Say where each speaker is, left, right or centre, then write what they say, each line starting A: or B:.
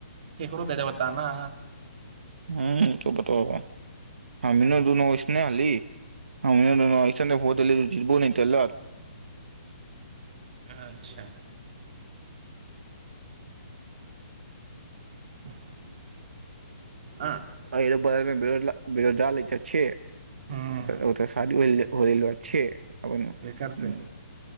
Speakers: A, on the right; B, on the right.
A: केकरो दे देबता ने
B: ह त बता हमी दुन वसने हली हम दुनसने भोती जितबो न तेल
A: अच्छा <unintelligible> ह
B: ईद पढ़य मे बेरोजगार लड़का छीये
A: ह
B: ओ ओ तऽ साादी मे होलल बात छै अपनबन
A: एकर से